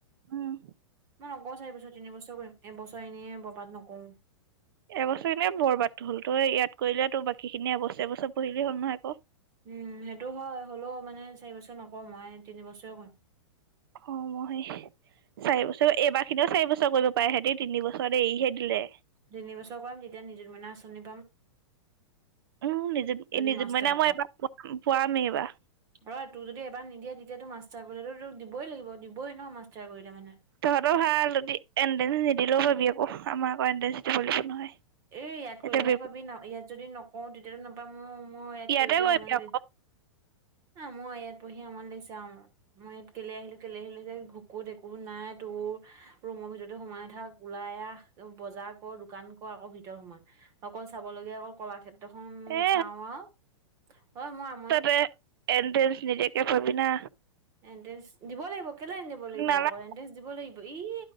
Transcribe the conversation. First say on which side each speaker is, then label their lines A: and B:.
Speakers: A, on the right; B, on the right.
A: উম,
B: মই নকৰোঁ চাৰি বছৰ, তিনিবছৰ কৰিম। এবছৰ এনে বৰবাদ নকৰোঁ।
A: এবছৰ এনে বৰবাদ হ'ল, তই ইয়াত কৰিলে তোত বাকীখিনি এবছৰ এবছৰ পঢ়িলি হ'ল নহয় আকৌ।
B: উম, সেইটো হয়, হ'লেও মানে চাৰি বছৰ নকৰোঁ, মই তিনি বছৰে কৰিম।
A: অ' মই চাৰি বছৰ, এইবাৰখিনিও চাৰি বছৰ কৰিব পাৰে, সিহঁতি তিনি বছৰত এৰিহে দিলে।
B: তিনি বছৰ কৰাম, তেতিয়া নিযুত মইনা আঁচনি পাম।
A: উম, নিযুত
B: যদি
A: নিযুত
B: মাষ্টাৰ
A: মইনা মই এইবাৰ প-পোৱামেই এইবাৰ।
B: অ' তোক যদি এইবাৰ নিদিয়ে, তেতিয়া তোৰ মাষ্টাৰ কৰিলে তোক দিবই লাগিব, দিবই ন' মাষ্টাৰ কৰিলে মানে।
A: তহঁতৰ ভাল, তহঁতে এনট্ৰেন্ঞ্চ নিদিলেও পাবি আকৌ, আমাৰ আকৌ এণ্ট্ৰেন্স দিব লাগিব নহয়।
B: এ, ইয়াত কৰিলেহে
A: এতিয়া
B: পাবি, না ইয়াত যদি নকওঁ তে তেয়ো নাপাম মোৰ মই ইয়াত
A: ইয়াতে
B: কৰি
A: কৰিবি
B: আম
A: আকৌ
B: দেই। ন মই ইয়াত পঢ়ি আমনী লাগিছে আৰু মই ইয়াত কেলে আহিলো কেলে আহিলো ক'ত একো নাই তোৰ ৰুমৰ ভিতৰতে সোমাই থাক ওলাই আহ বজাৰ কৰ দোকান আকৌ ভিতৰ সোমা অকল চাব লগীয়া অ কলাক্ষেত্ৰখন
A: এ
B: চাও আৰু। অ' মই
A: ততে এডে নিজেকে পবি না?
B: এনটেন্চ দিব লাগিব। কেলে নিদিব লাগিব
A: নালাগে
B: আকৌ এটেন্ডেন্স দিব লাগিব এই